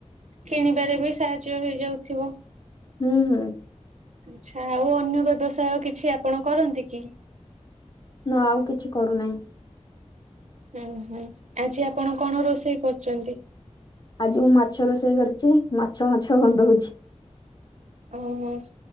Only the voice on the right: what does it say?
କିଣିବାରେ ବି ସାହାଯ୍ୟ ହେଇଯାଉଥିବ।
ଆଛା ଆଉ ଅନ୍ୟ ବ୍ୟବସାୟ କିଛି ଆପଣ କରନ୍ତି କି?
ହୁଁ ହୁଁ ଆଜି ଆପଣ କଣ ରୋଷେଇ କରୁଚନ୍ତି?
ଓହୋ